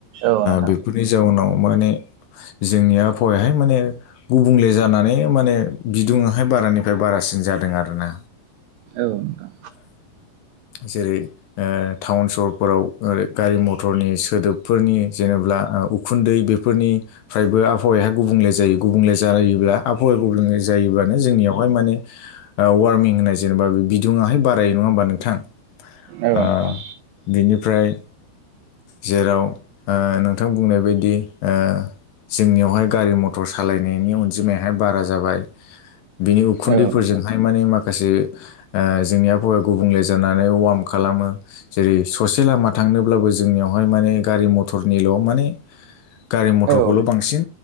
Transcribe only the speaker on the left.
बेफोर बेनि जाउनाव माने जोंनि आबहावायहाय माने गुबुंले जानानै माने बिदुुंयाहाय बारानिफ्राय बारासिन जादों आरोना
जेरै ओ टाउन सहरफोराव ओ गारि मथरनि सोदोबफोरनि जेनेब्ला उखुनदै बेफोरनिफ्रायबो आबहावाया गुबुंले जायो गुबुंले जायो। जायोब्ला आबहावा गुबुंले जायोब्लानो जोंनियावहाय माने वारमिं होननाय जेनेबा बे बिदुङाहाय बारायो नंङा होमबा नोंथां
ओ
बिनिफ्राय जेराव ओ नोंथां बुंनाय बायदि ओ जोंनियावहाय गारि मथर सालायनायनि अनजिमायाहाय बारा जाबाय बिनि उखुनदैफोरजोंहाय
माने माखासे जोंनि आबहावाया गुबुंले जानानै ओमफाय वार्म खालामो जेरै ससे लामा थांनोब्लाबो जोंनियावहाय माने गारि मथरनिल' माने गारि
मथरखौल'
बांसिन